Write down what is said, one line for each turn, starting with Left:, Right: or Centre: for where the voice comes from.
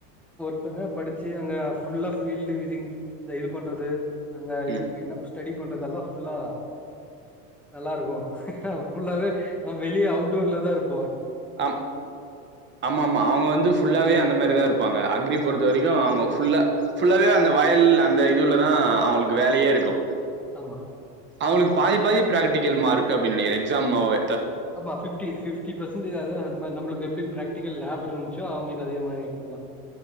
Centre: ஒருதங்க படிச்சு அங்க ஃபுல்லா பீல்டு விசிடிங் இந்த இது பண்றது அங்க
Right: ம்
Centre: இது என்னப் ஸ்டெடி பண்ணுறதெல்லா ஃபுல்லா நல்லா இருக்கு ஆமா ஃபுல்லாவே ஆ வெளியே அவுட்டோர்ல தா இருப்
Right: அம் ஆமா ஆமா அவங்க வந்து ஃபுல்லாவே அந்த மாரி தா இருப்பாங்க அக்ரி பொறுத்த வரைக்கு அவங்க ஃபுல்லா ஃபுல்லாவே அந்த வயல் அந்த இதுல தா அவங்களுக்கு வேலையே இருக்கு
Centre: அமா
Right: அவங்களுக்கு பாதி பாதி ப்ராக்டிகல் மார்க் அப்படினு நெனைக்கற எக்ஸாம்மாவே
Centre: ஆமா ஃபிட்டி ஃபிப் ஃபிப்டி பெர்சென்டஜ் அது அந்த மா நமளுக்கு எப்டி ப்ரெக்டிகல் லேப் இருந்ச்சோ அவங்களுக்கு அதே மாரி சொல்லால